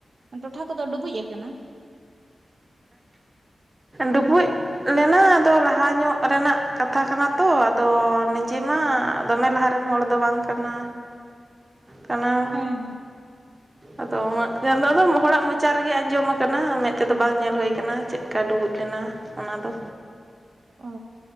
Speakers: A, on the right; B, on the right.
A: ᱴᱚᱴᱷᱟ ᱠᱚᱫᱚ ᱰᱩᱵᱩᱡ ᱟᱠᱟᱱᱟ?
B: ᱰᱩᱵᱩᱡ ᱞᱮᱱᱟ ᱟᱫᱚ ᱞᱟᱦᱟ ᱧᱚᱜ ᱨᱮᱱᱟᱜ ᱠᱟᱛᱷᱟ ᱠᱟᱱᱟ ᱛᱚ ᱟᱫᱚ ᱱᱤᱡᱮ ᱢᱟ ᱫᱚᱢᱮ ᱞᱟᱦᱟ ᱨᱮᱱ ᱦᱚᱲ ᱫᱚ ᱵᱟᱝ ᱠᱟᱱᱟ ᱠᱟᱱᱟᱣ
A: ᱦᱮᱸ ᱦᱮᱸ
B: ᱟᱫᱚ ᱩᱱᱟᱹᱜ ᱫᱚ ᱦᱚᱲᱟᱜ ᱢᱚᱪᱟ ᱨᱮᱜᱮ ᱟᱸᱡᱚᱢ ᱟᱠᱟᱱᱟ ᱢᱮᱫ ᱛᱮ ᱫᱚ ᱵᱟᱝ ᱧᱮᱞ ᱦᱩᱭᱩ ᱟᱠᱟᱱᱟ ᱪᱮᱫᱟ ᱰᱩᱵᱩᱡ ᱞᱮᱱᱟ ᱾ ᱚᱱᱟ ᱫᱚ
A: ᱚ